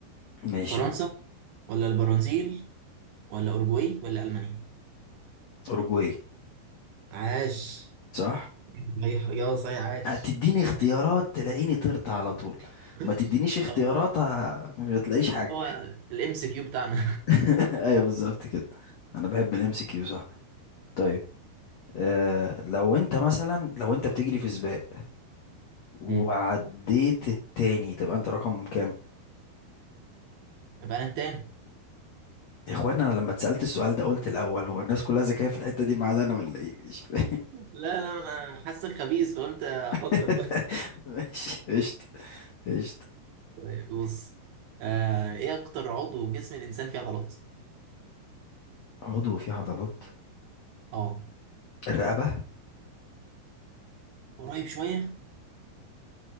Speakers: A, on the left (about 75°); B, on the right (about 75°).
A: ماشي
B: فرنسا
A: و-
B: ولا البرازيل ولا اورجواي ولا المانيا
A: أوروجواي
B: عاش
A: صح؟
B: صحيح إجابة صحيحة عاش
A: هتديني اختيارات تلاقيني طرت على طول
B: <laughs>
A: ما تدينيش اختيارات
B: اه
A: ه- ما تلاقيش حاجة
B: هو الام سي كيو بتاعنا
A: <laughs> أيوه بالظبط كده أنا بحب الام سي كيو صح طيب آه لو أنت مثلا لو أنت بتجري في سباق وعديت
B: مم.
A: التاني تبقى أنت رقم كام؟
B: يبقى انا التاني
A: يا اخوان انا لما اتسالت السؤال ده قلت الاول هو الناس كلها ذكيه في الحته دي ما عدا انا ولا ايه مش فاهم
B: لا لا انا حاسك خبيث فقلت افكر
A: <laughs>
B: كويس
A: ماشي قشطه قشطه
B: طيب بص آه ايه اكتر عضو في جسم الانسان فيه عضلات
A: عضو فيه عضلات
B: اه
A: الرقبه
B: قريب شويه